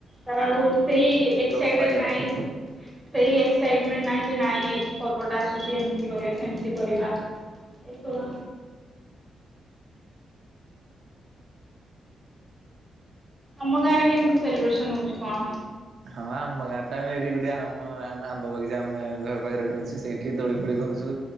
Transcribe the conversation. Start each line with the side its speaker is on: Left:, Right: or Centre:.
Centre: ତାର ଆଉ ସେଇ ଏକ୍ସାଇଟେଡ
Right: ଲୋପ ପାଇଗଲାଣି
Centre: ନାହିଁ। ସେଇ ଏକ୍ସାଇଟମେଣ୍ଟ ନାହିଁ ଯେ ନାଇଁ ଏଇ ପର୍ବଟା ଆସୁଛି ଏମିତି କରିବା ସେମିତି କରିବା। ଏସବୁ
Right: ହୁଁ।
Centre: ତମ ଗାଁ
Right: ହୁଁ।
Centre: ରେ କେମିତି ସେଲିବ୍ରେସନ ହଉଛି କଣ?
Right: ହଁ ଆମ ଗାଁ ରେ ତ ଏବେ ଏଠି ଗୋଟେ ଆମ ଆମ୍ବ ବଗିଚା ଆମ ଗା ଘର ପାଖରେ ଗୋଟେ ଅଛି ସେଇ ଏଇ ଦୋଳି ଫୋଳି କରୁଛୁ